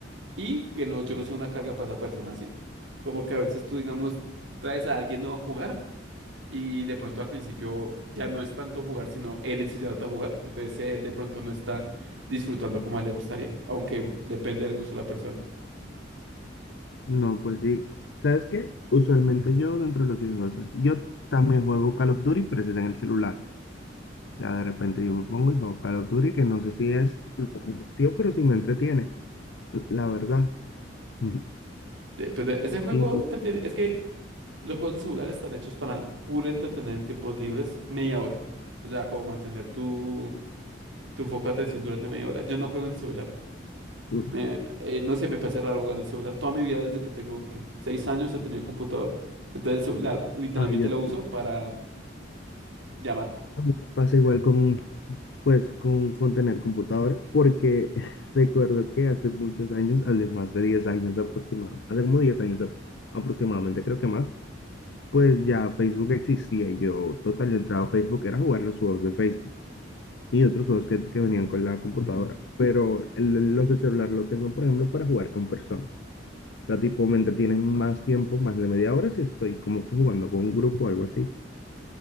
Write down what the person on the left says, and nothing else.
No, pues sí. ¿Sabes qué? Usualmente yo dentro de los juegos, yo también juego Call of Duty, pero ese es en el celular. Ya de repente yo me pongo y juego Call of Duty, que no sé si es tío, pero sí me entretiene, la verdad. <laughs>
Y
y-
ay, yo-
a mí me pasa igual con, pues con, con tener computadora porque <laughs> recuerdo que hace muchos años, hace más de 10 años aproximadamente, hace como 10 años ap- aproximadamente, creo que más, pues ya Facebook existía y yo total, yo entraba a Facebook, era jugar los juegos de Facebook y otros juegos que, que venían con la computadora, pero el- los del celular lo tengo, por ejemplo, para jugar con personas. O sea, tipo, me entretienen más tiempo, más de media hora si estoy como que jugando con un grupo o algo así.